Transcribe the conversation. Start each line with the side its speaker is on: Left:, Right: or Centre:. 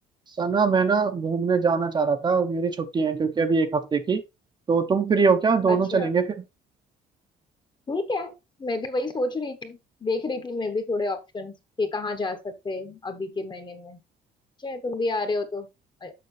Right: सना मैं ना घूमने जाना चाह रहा था मेरी छुट्टी है क्योंकि अभी एक हफ्ते की तो तुम फ्री हो क्या दोनों
Left: अच्छा
Right: चलेंगे फिर
Left: ठीक है मैं भी वही सोच रही थी देख रही थी मैं भी थोड़े ऑप्शंस कि कहाँ जा सकते हैं अभी के महीने में चाहे तुम भी आ रहे हो तो अ,